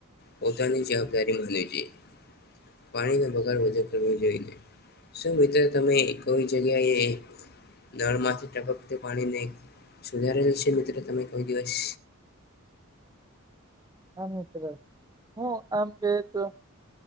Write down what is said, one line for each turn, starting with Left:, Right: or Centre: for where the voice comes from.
Left: પોતાની જવાબદારી લે જોઈ. પાણીનો બગાર વધુ કરવો જોઈએ. શું મિત્રો તમે કોઈ જગ્યાએ નળ માંથી ટપકતુ પાણીને સુધારેલ છે મિત્રો તમે કોઈ દિવસ?
Right: હા મિત્ર, હા આમ કે તો